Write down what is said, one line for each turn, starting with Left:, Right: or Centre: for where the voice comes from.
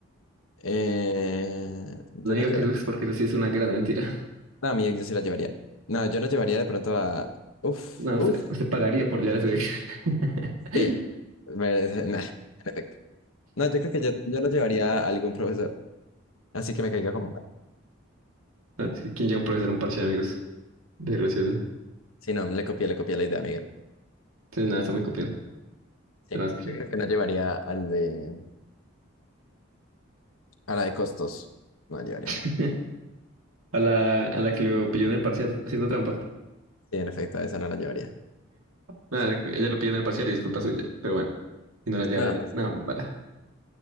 Left: eh, yo
Right: No
Left: no
Right: diga
Left: llevaría.
Right: que su ex, porque eso sí es una gran mentira. <laughs>
Left: No, a mi ex yo sí la llevaría. No, yo no llevaría de pronto a. Uf,
Right: No,
Left: uf,
Right: usted, usted pagaría por llevar a su ex. <laughs>
Left: sí. Ver- <laughs> nah, en efecto. No, yo creo que yo, yo no llevaría a algún profesor. Así que me caiga como mal.
Right: No, sí, ¿Quién lleva un profesor a un parche de amigos? Desgracioso.
Left: Sí, no, le copié, le copié la idea a Miguel.
Right: Sí, nada, está muy copiando.
Left: Sí,
Right: Tenemos que-
Left: yo creo que no llevaría al de. A la de costos. No la llevaría a la
Right: <laughs>
Left: de.
Right: A la, a la que lo pilló en el parcial haciendo trampa.
Left: Sí, en efecto, a esa no la llevaría.
Right: Nada, ella lo pilló en el parcial y es culpa suya. Pero bueno, y no la llevará.
Left: No, no.
Right: Nada, mala.